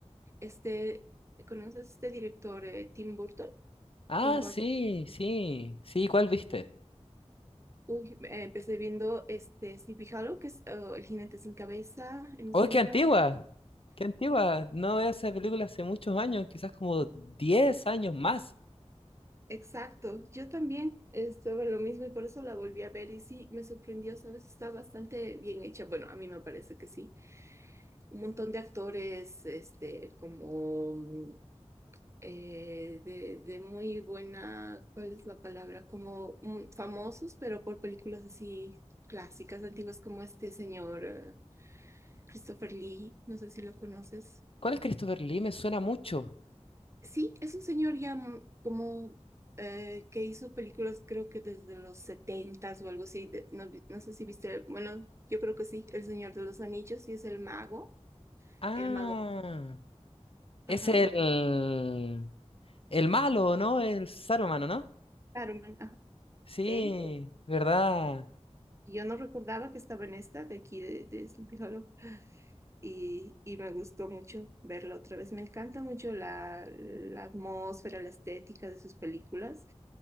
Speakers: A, on the right (about 25°); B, on the left (about 55°).
A: Este, ¿conoces este director, eh, Tim Burton?
B: Ah,
A: Tim Burton.
B: sí, sí, sí, ¿cuál viste?
A: Uy, eh, empecé viendo este Sleepy Hollow, que es eh, El jinete sin cabeza en español.
B: ¡Oh, qué antigua! ¡Qué antigua! No veo esa película hace muchos años, quizás como diez años más.
A: Exacto, yo también estuve en lo mismo y por eso la volví a ver y sí, me sorprendió, ¿sabes? Está bastante bien hecha. Bueno, a mí me parece que sí. Un montón de actores, este, como mm, eh, de, de muy buena, ¿cuál es la palabra? Como mm, famosos, pero por películas así clásicas, antiguas, como este señor eh, Christopher Lee, no sé si lo conoces.
B: ¿Cuál es Christopher Lee? Me suena mucho.
A: Sí, es un señor ya mm, como eh, que hizo películas creo que desde los setentas o algo así. de- no, vi- no sé si viste, bueno, yo creo que sí, El Señor de los Anillos, y es el mago,
B: Ah,
A: el mago,
B: es
A: ajá,
B: el... El malo, ¿no? El Saruman, ¿no?
A: Saruman, ajá,
B: Sí,
A: él. eh,
B: ¿verdad?
A: Yo no recordaba que estaba en esta de aquí de, de Sleepy Hollow y, y me gustó mucho verlo otra vez. Me encanta mucho la, la atmósfera, la estética de sus películas,